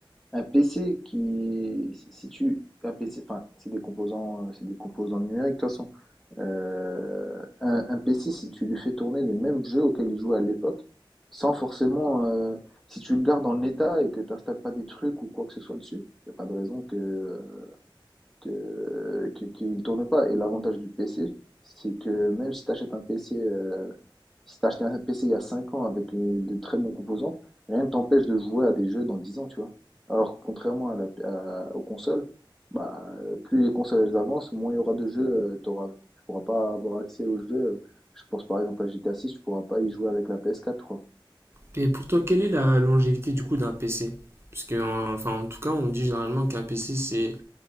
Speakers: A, in the centre; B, on the right (about 30°).
A: le, Un PC qui, si si tu, un PC, enfin, c'est des composants, euh, c'est des composants numériques de toute façon. Euh, un, un PC, si tu lui fais tourner les mêmes jeux auxquels il jouait à l'époque, sans forcément, euh, si tu le gardes en état et que tu n'installes pas des trucs ou quoi que ce soit dessus, il n'y a pas de raison que, que, que- qu'il ne tourne pas. Et l'avantage du PC, c'est que même si tu achètes un PC, euh, si t'as acheté un PC il y a 5 ans avec euh, de très bons composants, rien ne t'empêche de jouer à des jeux dans 10 ans, tu vois. Alors, contrairement à la, à- aux consoles, bah, plus les consoles elles avancent, moins il y aura de jeux, euh, t'auras, tu pourras pas avoir accès aux jeux. Je pense par exemple à GTA six tu pourras pas y jouer avec la ps quatre je crois.
B: Et pour toi, quelle est la longévité du coup d'un PC? Parce que, euh, enfin, en tout cas, on dit généralement qu'un PC, c'est